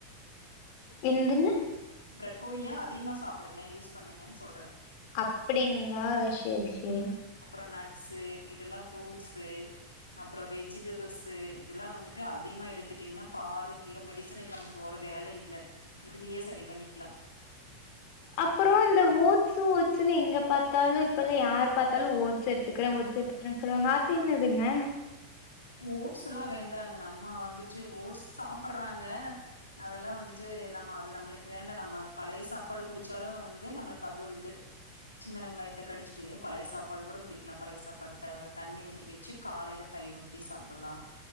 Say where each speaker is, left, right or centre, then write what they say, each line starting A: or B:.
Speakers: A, on the left (about 45°); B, on the left (about 80°).
A: என்துங்க
B: ஃப்ரக்கோலியா அதிகமா சாப்புடுங்க யூஸ் பண்ணுங்கன்னு சொல்றே
A: அப்டிங்களா சேரி சேரி
B: அப்றோம் நட்ஸு இதெல்லாம் ஃப்ரூட்ஸு அப்றோம் வெஜிடபிள்ஸ் இதெல்லாம் வந்துட் அதிகமா எடுத்துட்டிங்கனா பால் கீரை மெடிசனுக்கு நம்ம போற வேலை இல்ல இதுலயே சரி பண்ணிக்கலா
A: அப்றோம் இந்த ஓட்ஸு ஓச்சுன்னு எங்க பாத்தாலும் இப்பல்லா யார் பாத்தாலும் ஓடஸ் எடு எத்துக்கிறே ஒட்ஸ் எத்துக்கறே சொல்லுவாங்க அது என்னதுங்க
B: ஓட்ஸ்ல்லா வேண்டாங்க நம்ம வந்துட்டு ஓட்ஸ் சாப்றாங்க அதெல்லாம் வந்துட்டு நம்ம அது நம்மளுக்கு வேண்டா நம்ம பழைய சாப்பாடு குடிச்சாலும் வந்து நம்மளுக்கு அது இது சின்ன வெங்காயத்த கடிச்சிட்டு பழைய சாப்பாடு கூட குடிக்கலாம் பழைய சாப்பாடு தண்ணி ஊத்தி வச்சு காலையில தயிர் ஊத்தி சாப்டலா